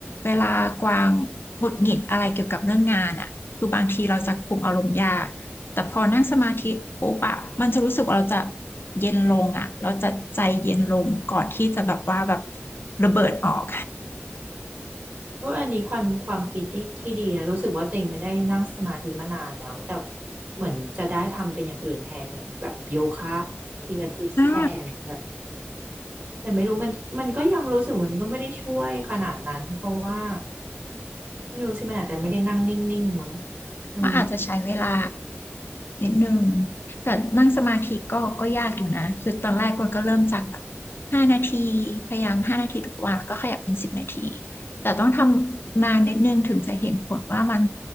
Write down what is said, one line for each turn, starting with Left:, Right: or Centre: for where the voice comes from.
Left: เวลากวางหงุดหงิดอะไรเกี่ยวกับเรื่องงานอ่ะ คือบางทีเราจะคุมอารมณ์ยากแต่พอนั่งสมาธิปุ๊บอะมันจะรู้สึกว่าเราจะเย็นลงอะเราจะใจเย็นลงก่อนที่จะแบบว่าแบบระเบิดออก
Right: ก็อออันนี้ความความคิดที่ที่ดีนะรู้สึกว่าตัวเองไม่ได้นั่งสมาธิมานานแล้วแต่เหมือนจะได้ทำเป็นอย่างอื่นแทนอย่างแบบโยคะพิลาทิสแทนแบบ
Left: อ่า
Right: แต่ไม่รู้มันมันก็ยังรู้สึกมันก็ไม่ได้ช่วยขนาดนั้นเพราะว่าไม่รู้สิมันอาจจะไม่ได้นั่งนิ่งๆมั้งมั
Left: มันอาจจะใช้เวลานิดนึงแต่นั่งสมาธิก็ก็ยากอยู่นะคือตอนแรกก็ก็เริ่มจากแบบห้านาทีพยายามห้านาทีทุกวันแล้วก็ขยับเป็นสิบนาที แต่ต้องทำนานนิดนึงถึงจะเห็นผลว่ามัน